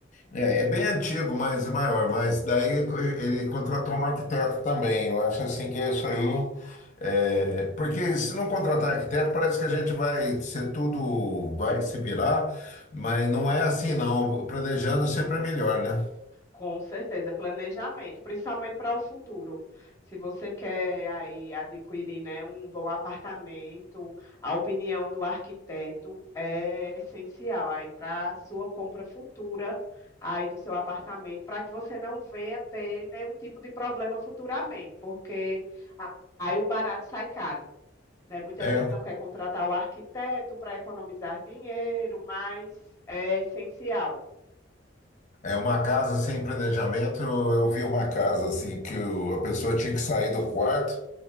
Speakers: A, on the left (about 40°); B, on the left (about 15°).
A: é, é bem antigo, mas é maior. Mas daí co- ele contratou um arquiteto também. Eu acho assim que isso aí. é, porque se não contratar arquiteto, parece que a gente vai ser tudo, vai se virar, mas não é assim, não. Planejando sempre é melhor, né?
B: Com certeza, planejamento, principalmente para o futuro. Se você quer aí adquirir, né, um bom apartamento, a opinião do arquiteto é essencial aí para a sua compra futura aí do seu apartamento, para que você não venha ter nenhum tipo de problema futuramente, porque a- aí o barato sai caro, né? Muita
A: É,
B: gente não quer contratar o arquiteto para economizar dinheiro, mas é essencial.
A: é uma casa sem planejamento. Eu, eu vi uma casa assim que o- a pessoa tinha que sair do quarto